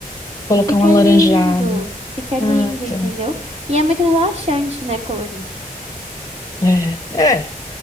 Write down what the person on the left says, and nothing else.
colocar
um alaranjado.
Ah,
tá.
É, é.